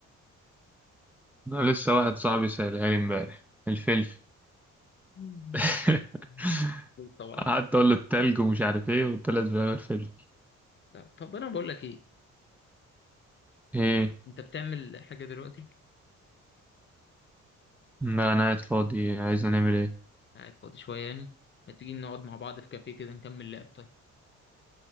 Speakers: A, in the centre; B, on the left.
A: أنا لسه واحد صاحبي سألها لي امبارح الفلفل
B: مم.
A: <laughs>
B: أكيد طبعا
A: قعدت اقول له التلج ومش عارف ايه وطلع في الاخر فيلم
B: لا طب أنا بقول لك إيه
A: ايه
B: أنت بتعمل حاجة دلوقتي؟
A: لا انا قاعد فاضي عايز نعمل ايه
B: قاعد فاضي شوية يعني ما تيجي نقعد مع بعض في كافيه كده نكمل لعب طيب